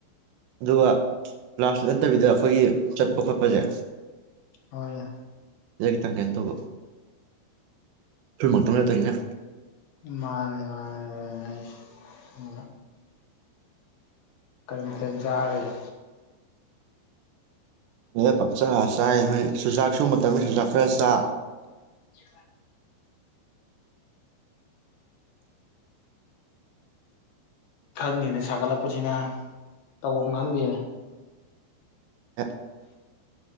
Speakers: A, on the right; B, on the left.
A: ꯑꯗꯨꯒ ꯂꯥꯁꯁꯨ ꯅꯠꯇꯕꯤꯗ ꯑꯩꯈꯣꯏꯒꯤ ꯆꯠꯄ ꯈꯣꯠꯄꯁꯦ
B: ꯍꯣꯏꯅꯦ
A: ꯁꯤꯗ ꯈꯤꯇꯪ ꯀꯩꯅꯣ ꯇꯧꯕ <unintelligible> ꯅꯠꯇꯅꯤꯅ
B: ꯃꯥꯅꯦ ꯃꯥꯅꯦ <unintelligible> ꯀꯔꯤ ꯃꯊꯦꯟ ꯆꯔꯒꯦ
A: ꯗꯦꯗꯥ ꯄꯪꯆꯥ ꯆꯥꯏ ꯍꯣꯏ ꯆꯨꯖꯥꯛꯁꯨ ꯃꯇꯝꯅꯤ ꯆꯨꯖꯥꯛ ꯈꯔ ꯆꯥ
B: <unintelligible> ꯈꯪꯗꯦꯅꯦ ꯁꯥꯒꯠꯂꯛꯄꯁꯤꯅ ꯇꯧꯐꯝ ꯈꯪꯗꯦꯅꯦ
A: ꯑꯦ